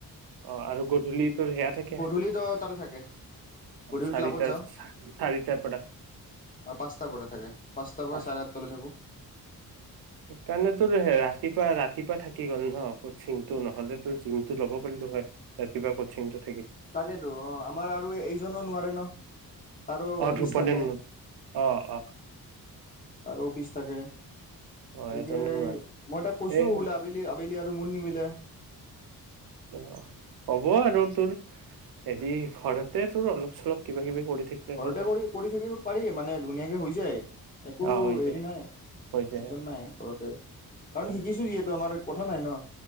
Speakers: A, on the right; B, on the left.
A: অহ আৰু গধূলি তোৰ সেয়া থাকে
B: গধূলিতো তাতে থাকে গধূলি
A: চাৰিটাৰ
B: ক্লাবত যাওঁ
A: চাৰিটাৰ পৰা
B: পাঁচটাৰ পৰা থাকে পাঁচটাৰ
A: পাঁচটা
B: পৰা চাৰে আঠটালৈ থাকো
A: সেইকাৰণে তোৰ ৰাতিপুৱা ৰাতিপুৱা থাকি গ'ল নোহ থিমটো নহ'লে তো জিমটো ল'ব পাৰলো হয় ৰাতিপুৱা কচ্ছিংটোত
B: তাকেতো অ আমাৰ আৰু এইজনো নোৱাৰে ন তাৰো
A: অ
B: অফিচ
A: ধ্ৰুপদে
B: থাকে
A: অ অ
B: তাৰো অফিচ থাকে
A: অ
B: গতিকে
A: এজনে নোৱাৰে
B: মই তাক কৈছো
A: এই
B: বোলে আবেলি আবেলি মোৰ নিমিলে
A: অ হ'ব আৰু তোৰ হেৰি ঘৰতে তোৰ অলপ চলপ কিবা কিবি কৰি থাকিলে
B: ঘৰতে
A: হ'ল আৰু
B: কৰি কৰি থাকিব পাৰি মানে ধুনীয়াকৈ হৈ যায় একো
A: অ হৈ
B: হেৰি
A: যায়
B: নাই টেনচন
A: হৈ যায় অ
B: নাই ঘৰতে কাৰণ
A: অ
B: শিকিছোঁ যিহেতু আমাৰ কথা নাই ন